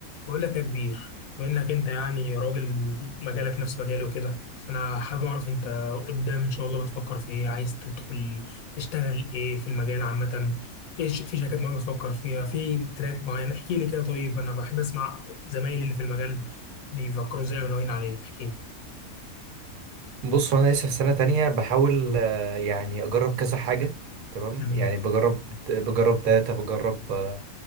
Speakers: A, on the left (about 75°); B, on the right (about 75°).
A: بقول لك يا كبير بما انك انت يعني راجل مجالك نفس مجالي وكده فانا حابب اعرف انت قدام ان شاء الله بتفكر في ايه عايز تدخل تشتغل ايه في المجال عامة ايش في شركات معينة بتفكر فيها في تراك معين احكي لي كده طيب انا بحب اسمع زمايلي اللي في المجال بيفكروا ازاي وناويين عليه احكي لي
B: بص وانا لسه في سنة تانية بحاول آه، يعني اجرب كذا حاجة تمام
A: جميل
B: يعني بجرب بجرب داتا بجرب آه،